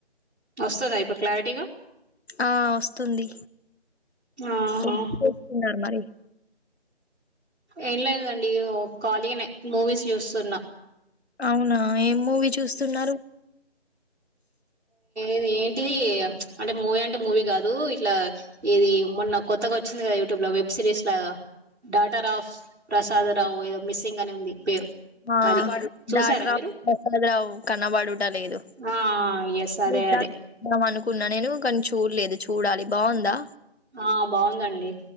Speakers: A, on the right (about 75°); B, on the left (about 70°).
A: వస్తుందా ఇప్పుడు క్లారిటీగా
B: ఆ వస్తుంది
A: ఆహా
B: ఎ చస్తున్నారు మరి
A: ఏం లేనదండి ఖాళీగానే మూవీస్ చూస్తున్నా
B: అవునా ఏం మూవీ చూస్తున్నారు
A: ఇది ఏంటి అంటే మూవీ అంటే మూవీ కాదు ఇట్లా ఇది మొన్న కొత్తగా వచ్చింది కదా ఇ యూట్యూబ్ లో వెబ్ సిరీస్ లాగా డాటర్ ఆఫ్ ప్రసాద రావు ఏదో మిస్సింగ్ అని ఉంది పేరు
B: ఆ
A: అది చూసారా
B: డాటరాఫ్
A: మీరు
B: ప్రసాద రావు కనబడుట లేదు
A: ఆ ఎస్ అదే
B: చూద్దా
A: అదే
B: చూద్దాం అనుకున్నా నేను కానీ చూడలేదు చూడాలి బాగుందా
A: ఆ బావుందండి